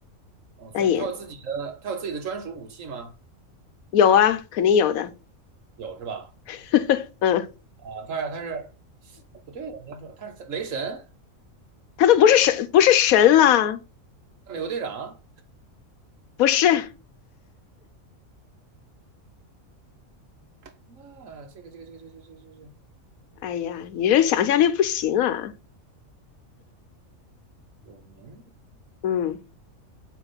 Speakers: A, on the right (about 70°); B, on the left (about 85°).
A: 哦，
B: 但也
A: 算，他有自己的他有自己的专属武器吗？
B: 有啊，肯定有的，
A: 有是吧？
B: <laughs> 嗯，
A: 啊，他是他是不对我你要说他是雷神，
B: 他都不是神，不是神了，
A: 美国队长，
B: 不是，
A: 那这个这个这个这个这个这个这个
B: 哎呀，你这想象力不行啊，
A: 有名，
B: 嗯，